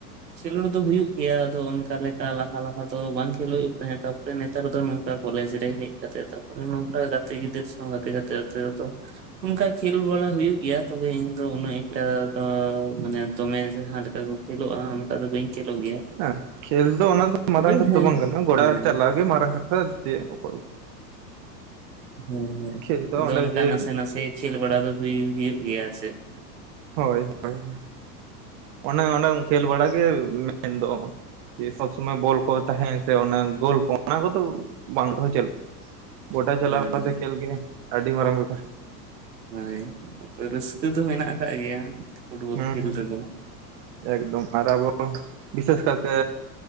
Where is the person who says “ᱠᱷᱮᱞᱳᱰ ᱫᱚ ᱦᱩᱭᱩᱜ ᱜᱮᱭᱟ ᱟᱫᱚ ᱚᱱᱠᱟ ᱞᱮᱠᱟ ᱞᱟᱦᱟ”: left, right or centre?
Right